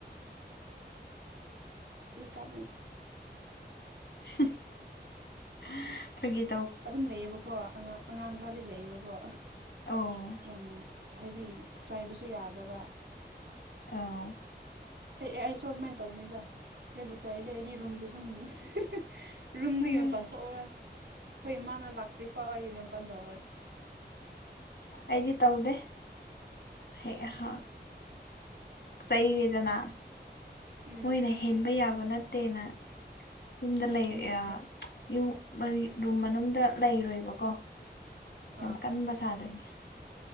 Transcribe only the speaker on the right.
ꯏꯀꯥꯕꯟ
ꯑꯗꯨꯝ ꯂꯩꯌꯦꯕꯀꯣ ꯑꯉꯥꯡ ꯑꯉꯥꯡ ꯈ꯭ꯔꯗꯤ ꯂꯩꯌꯦꯕꯀꯣ꯫
ꯌꯥꯝ ꯍꯥꯏꯗꯤ ꯆꯥꯏꯕꯁꯨ ꯌꯥꯗꯕ
ꯑꯩ ꯑꯦ ꯑꯩ ꯁꯣ ꯑꯗꯨꯃꯥꯏꯟ ꯇꯧꯕꯅꯤꯗ ꯑꯩꯕꯨ ꯆꯥꯏꯑꯦꯗꯤ ꯑꯩꯒꯤ ꯔꯨꯝꯗꯨꯗꯨꯝ ꯍ ꯍ ꯍ ꯔꯨꯝꯗꯨꯒꯤ
ꯃꯄꯥꯟ ꯊꯣꯛꯑꯧꯔ ꯍꯣꯏ ꯃꯥꯅ ꯂꯥꯛꯇ꯭ꯔꯤꯐꯥꯎ ꯑꯩꯅ ꯚꯟ ꯇꯧꯔꯦ
ꯎꯝ
ꯑꯃꯨꯛ
ꯑꯥ